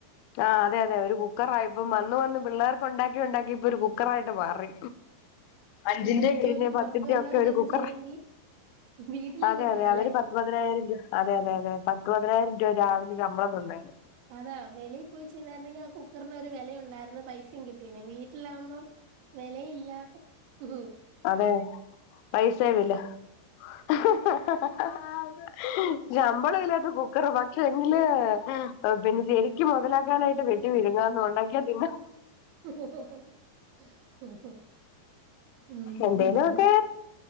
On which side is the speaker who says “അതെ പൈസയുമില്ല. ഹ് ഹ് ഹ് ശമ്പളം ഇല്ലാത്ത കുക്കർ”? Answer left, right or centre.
Left